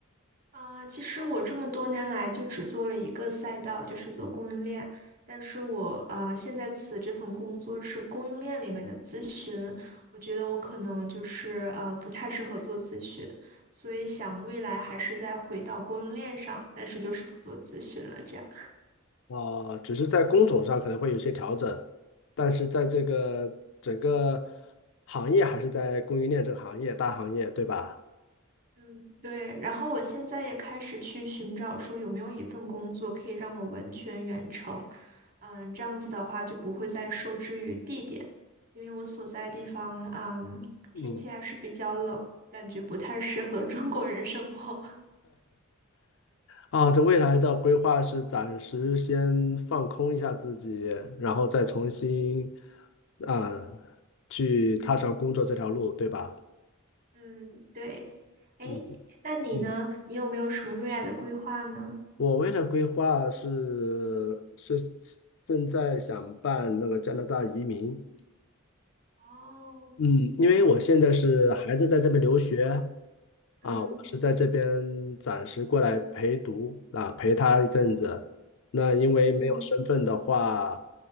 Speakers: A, on the right (about 45°); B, on the left (about 65°).
A: 啊，其实我这么多年来就只做了一个赛道，就是做供应链。但是我啊呃，现在此这份工作是供应链里面的咨询，我觉得我可能就是呃不太适合做咨询，所以想未来还是再回到供应链上，但是就是不做咨询了这样。
B: 啊，只是在工种上可能会有些调整，但是在这个整个行业还是在供应链这个行业，大行业，对吧？
A: 嗯，对，然后我现在也开始去寻找，说有没有一份工作可以让我完全远程，嗯，这样子的话就不会再受制于地点，因为我所在地方，嗯，
B: 嗯，
A: 天气还是比较冷，感觉不太适合 <laughs> 中国人生活。
B: 啊，这未来的规划是暂时先放空一下自己，然后再重新啊去踏上工作这条路，对吧？
A: <laughs> 嗯，对。哎，
B: 嗯
A: 那你呢？
B: 嗯，
A: 你有没有什么未来的规划呢？
B: 我为了规划是是正在想办那个加拿大移民。
A: 哦，
B: 嗯，因为我现在是孩子在这边留学啊，
A: 嗯
B: 我是在这边暂时过来陪读啊，陪他一阵子。那因为没有身份的话，
A: 嗯，